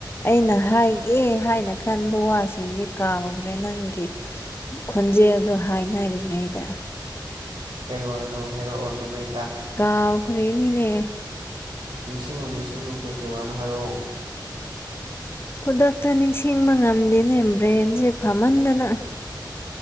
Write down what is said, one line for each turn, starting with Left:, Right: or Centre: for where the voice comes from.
Left: ꯑꯩꯅ ꯍꯥꯏ ꯑꯦ ꯍꯥꯏꯅ ꯈꯟꯕ ꯋꯥꯁꯤꯡꯁꯦ ꯀꯥꯎꯈ꯭ꯔꯦ ꯅꯪꯒꯤ ꯈꯣꯟꯖꯦꯜꯗꯣ ꯍꯥꯏꯅ ꯔꯤꯉꯩꯗ
Right: ꯀꯩ ꯋꯥꯅꯣ ꯍꯥꯏꯔꯛꯑꯣ ꯑꯗꯨꯃꯥꯏ
Left: ꯀꯥꯎꯈꯔꯦꯅꯤꯅꯦ
Right: ꯅꯤꯡꯁꯤꯡꯉꯨ ꯅꯤꯡꯁꯤꯡꯉꯨ ꯀꯩꯀꯩ ꯋꯥꯅꯣ ꯍꯥꯏꯔꯛꯑꯣ
Left: ꯈꯨꯗꯛꯇ ꯅꯤꯡꯁꯤꯡꯕ ꯉꯝꯗꯦꯅꯦ ꯕ꯭ꯔꯦꯟꯁꯦ ꯐꯝꯃꯟꯗꯅ